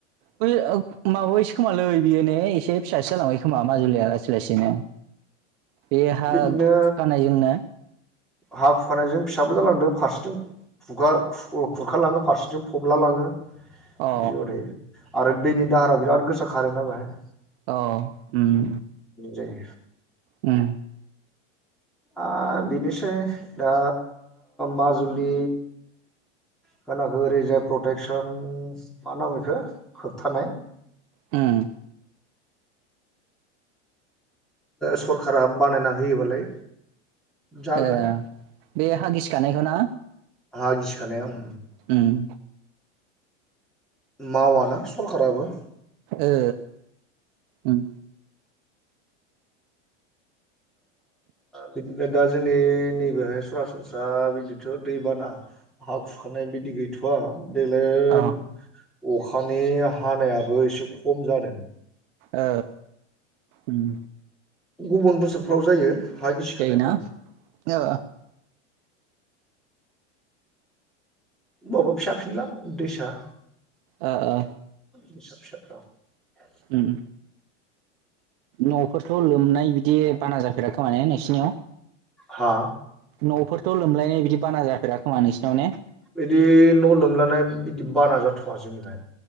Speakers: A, on the right (about 55°); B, in the centre.
A: बै ओ माबायसो खोमालै? बियोनो एसे फिसासो जालांबाय खोमा माजुलिया लासै लासैनो। बे हा
B: बिदिनो
A: खुरखानायजोंनो
B: हा खुरखानायजों फिसाबो जालांदों फारसेथिं खगा खुरखालांङो फारसेथिं फबला लांङो।
A: अ
B: बिदिआराो आरो दैनि दाहारा बिराद गोसा खारोना बेाहाय।
A: ओ उम।
B: जायो
A: उम।
B: ओ बिनोसै दा माजुलि खोनाखो ओरैजाय प्रटेकसन मा नांगौ बेखौ होबथानाय।
A: हम।
B: सरखारा बानायना होयोबालाय जागोन।
A: ओ बे हा गिसि खानायखौ ना?
B: हा गिसिखानाय ओम।
A: उम।
B: मावाना सरखाराराबो
A: ओ उम
B: बिदना जोंनि नैबेहाय सरासनस्रा बिदिथ दैबाना हा खुरखानाय बिदि गैथवा देग्लाय
A: अ
B: अखानि हानायाबो एसे खम जादों
A: औ उम
B: गुबुन बोसोरफ्राव जायो हा गिसिखानायफ्रा
A: जायोना ओ
B: होनबाबाो फिसा फिनला दैसा
A: ओ ओ।
B: <inaudible>
A: ओम न'फोरथ' लोमनाय बिदि बाना जाफेराखैमाने नोंसिनियाव
B: हा
A: न'फोरथ' लोमलायनाय बिदि बाना जाफेरा खोमा नोंसोरनियाव ने
B: बिदि न' लोमलानाय बिदि बाना जाथ'वा जोंनिहाय